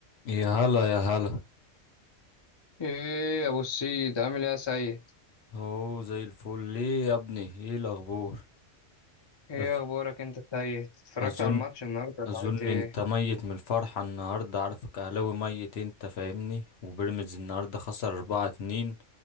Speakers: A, on the left; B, on the left.
A: يا هلا يا هلا
B: ايه يا ابو السيد عامل ايه يا سيد
A: هو زي الفل ليه يا ابني ايه الاخبار
B: ايه
A: أز...
B: اخبارك انت يا سيد اتفرجت
A: اظن
B: على الماتش النهارده ولا
A: اظن
B: عملت ايه
A: انت ميت من الفرحة النهاردة عارفك اهلاوي ميت انت فاهمني وبيراميدز النهاردة خسر اربعة اتنين